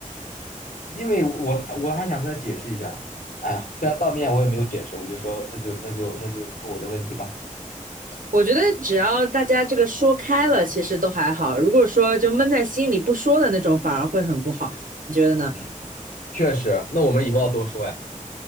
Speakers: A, on the left; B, on the right.
A: 因为我我还想跟他解释一下。哎呀，虽然当面我也没有解释，我就说那就那就那就我的问题吧。
B: 我觉得只要大家这个说开了，其实都还好。如果说就闷在心里不说的那种，反而会很不好。你觉得呢？
A: 嗯，确实，那我们以后要多说哎。